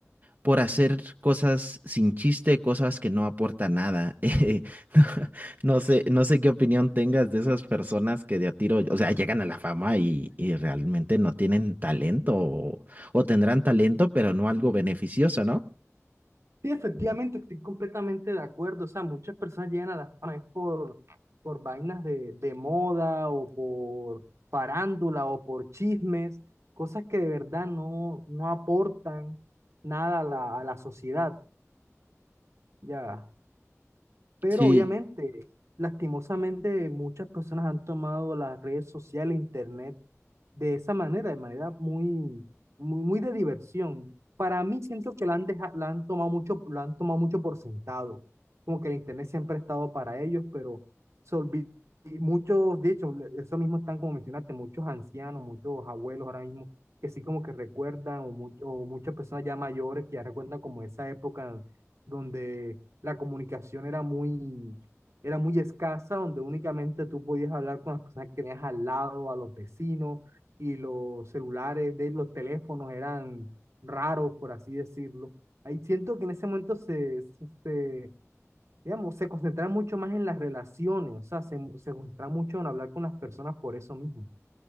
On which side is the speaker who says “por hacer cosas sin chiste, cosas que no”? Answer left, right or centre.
Right